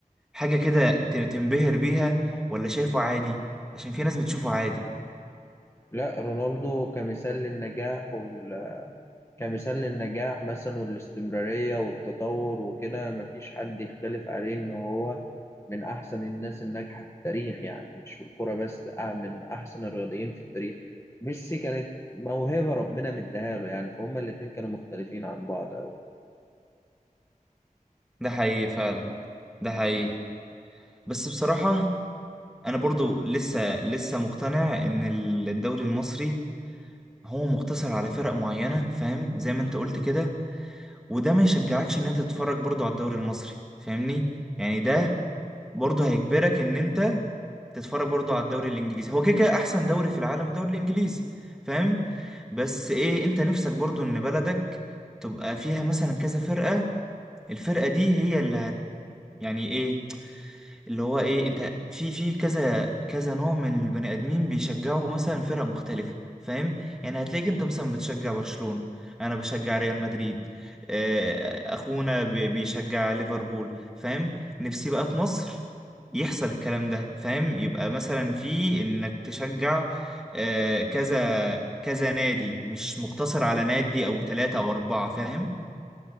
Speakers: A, in the centre; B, on the left.
A: حاجة كده ت- تنبهر بيها ولا شايفه عادي عشان في ناس بتشوفه عادي
B: لا رونالدو كمثال للنجاح وال... كمثال للنجاح مثلا والاستمرارية والتطور وكده مفيش حد يختلف عليه إن هو من أحسن الناس الناجحة في التاريخ يعني مش في الكرة بس آه من أحسن الرياضيين في التاريخ ميسي كانت موهبة ربنا مديها له يعني فهم الاتنين كانوا مختلفين عن بعض أوي
A: ده حقيقي فعلا ده حقيقي بس بصراحة انا برضو لسه لسه مقتنع ان الدوري المصري هو مقتصر على فرق معينة فاهم زي ما انت قلت كده وده ما يشجعكش ان انت تتفرج برضو على الدوري المصري فاهمني يعني ده برضو هيجبرك ان انت تتفرج برضو على الدوري الانجليزي هو كده كده احسن دوري في العالم الدوري الانجليزي فاهم بس ايه انت نفسك برضو ان بلدك تبقى فيها مثلا كذا فرقة الفرقة دي هي اللي هت يعني ايه اللي هو ايه انت في في كذا كذا نوع من البني ادمين بيشجعوا مثلا فرق مختلفه فاهم يعني هتلاقيك انت مثلا بتشجع برشلونه انا بشجع ريال مدريد آه، اخونا بي- بيشجع ليفربول فاهم نفسي بقى في مصر يحصل الكلام ده فاهم يبقى مثلا في انك تشجع آه، كذا كذا نادي مش مقتصر على نادي او ثلاثة او اربعة فاهم